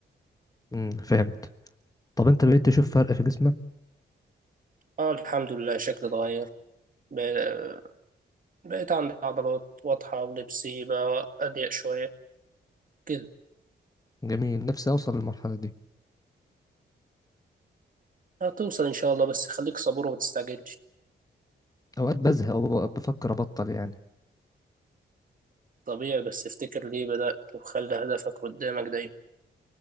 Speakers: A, on the left; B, on the right.
A: امم فهمت طب أنت بقيت تشوف فرق في جسمك
B: اه الحمد لله شكلي اتغير ب- بقيت عندي عضلات واضحة ولبسي بقى أضيق شوية كده
A: جميل نفسي أوصل للمرحلة دي
B: هتوصل إن شاء الله بس خليك صبور وما تستعجلش
A: اوقات بزهق وببقى بفكر ابطل يعني
B: طبيعي بس افتكر ليه بدأت وخلي هدفك قدامك دايما